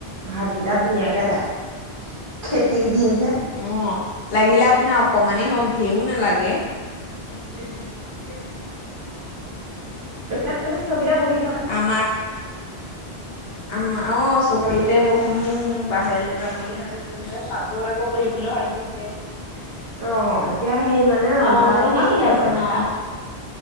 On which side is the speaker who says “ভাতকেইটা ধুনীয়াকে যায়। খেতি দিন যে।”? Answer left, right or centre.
Right